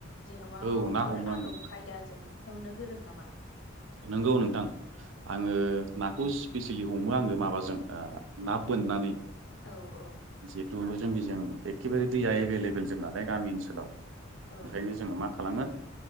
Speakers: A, on the left; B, on the right.
A: जेन'बा माबाफोर
B: औ ना हमो
A: आदब
B: आङो
A: खायदाजों हमनो गोरों नामा?
B: नंगौ नोंथां। आङो नाखौ स्पेसिलि हमो आङो माबाजों ना बोननानै
A: औ औ
B: जिहेथु जोंनिजों एखेबारे दैया एभेलेबेल जोब नालाय गामि ओनसोलाव
A: औ
B: ओंखायनो जोङो मा खालामो